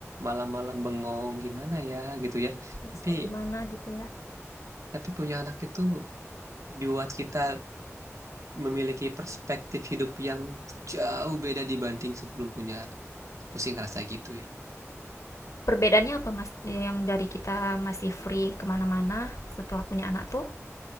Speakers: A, on the right (about 85°); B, on the left (about 80°).
A: malam-malam bengong, gimana ya gitu ya.
B: besok
A: Tapi,
B: gimana gitu ya
A: tapi punya anak itu buat kita memiliki perspektif hidup yang jauh beda dibanding sebelum punya anak. Aku sih ngerasa gitu ya.
B: perbedaannya apa mas yang dari kita masih free kemana-mana setelah punya anak tuh